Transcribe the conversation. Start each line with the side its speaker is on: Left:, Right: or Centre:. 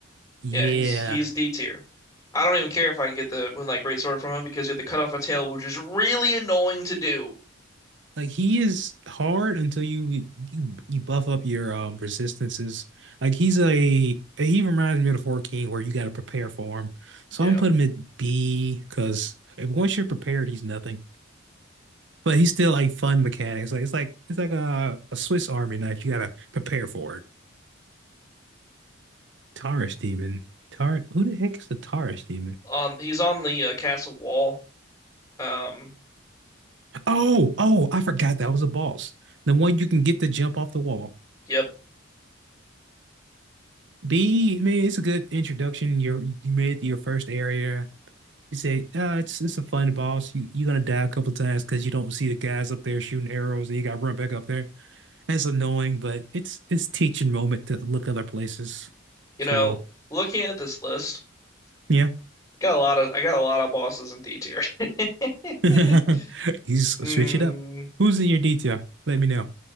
Right: Yeah.
Left: Yeah, he's he's D tier. I don't even care if I can get the Moonlight Greatsword from him because you have to cut off a tail, which is really annoying to do.
Right: Like he is hard until you you you buff up your um resistances. Like he's a he reminds me of the Four King where you got to prepare for him. So
Left: Yeah,
Right: I'm gonna put him at B because once you're prepared, he's nothing. But he's still like fun mechanics. Like it's like it's like a, a Swiss Army knife. You gotta prepare for it. Taurus Demon. Tar who the heck is the Taurus Demon?
Left: on he's on the uh, castle wall. Um,
Right: Oh, oh, I forgot that was a boss. The one you can get to jump off the wall.
Left: yep.
Right: B, I mean, it's a good introduction. You're, you made it to your first area. You say, uh, it's it's a fun boss. You you're gonna die a couple times because you don't see the guys up there shooting arrows, and you got to run back up there. That's annoying, but it's it's teaching moment to look other places.
Left: You
Right: So
Left: know, looking at this list.
Right: yeah,
Left: Got a lot of I got a lot of bosses in D tier. <laughs>
Right: <laughs> you s-
Left: Mm,
Right: switch it up. Who's in your detail? Let me know.